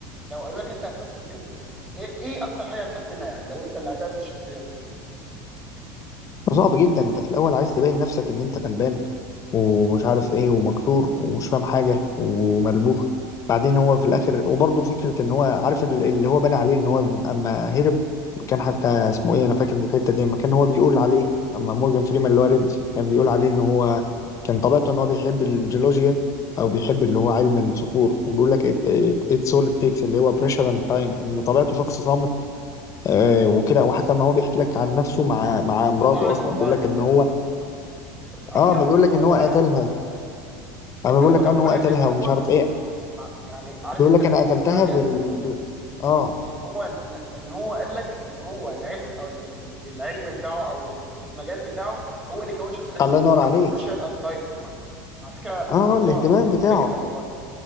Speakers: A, on the right; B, on the left.
A: لو قالوا لك انت هتمثل الفيلم ده ايه ايه اكتر حاجه هتخاف منها يعني لو انت اللي هتعمل الشخصيه دي
B: صعب جدا أنت في الأول عايز تبين نفسك إن أنت غلبان ومش عارف ايه ومكسور ومش فاهم حاجة وملبوخ بعدين هو في الاخر وبرضه فكرة ان هو عارف ال- اللي هو بنى عليه ان هو اما هرب كان حتى اسمه ايه انا فاكر الحتة دي اما كان هو بيقول عليه اما مورجان فريمان اللي هو ريدز كان بيقول عليه ان هو
A: مم.
B: كان طبيعته ان هو بيحب الجيولوجيا او بيحب اللي هو علم الصخور وبيقول لك
A: مم.
B: اتس اول تيكس اللي هو بريشر اند تايم ان طبيعته شخص صامت آه وكده
A: بالظبط
B: وحتى ما هو بيحكي لك
A: بالظبط
B: عن نفسه مع مع مراته
A: الله عليك
B: اصلا
A: والله
B: بيقول لك ان هو
A: على
B: اه
A: فكره
B: ما
A: ملحوظه
B: بيقول لك ان
A: والله
B: هو قتلها
A: كويسه جدا
B: اما
A: ان
B: بقول
A: هو
B: لك
A: جابه
B: انه هو
A: لك
B: قتلها
A: ان هو
B: ومش عارف ايه
A: مع يعني عارف
B: بيقول
A: انت
B: لك
A: نبهتين
B: انا قتلتها
A: حاجه
B: بال ب... اه
A: ان هو ان هو قال لك ان هو العلم او ال- ال- العلم بتاعه او المجال بتاعه هو اللي كون شخصيته
B: الله
A: ان
B: ينور
A: هو بياخد
B: عليك
A: بريشر اند تايم اه على فكره
B: اه
A: ملحوظه
B: آه، الاهتمام
A: ج-
B: بتاعه
A: جميله جدا والله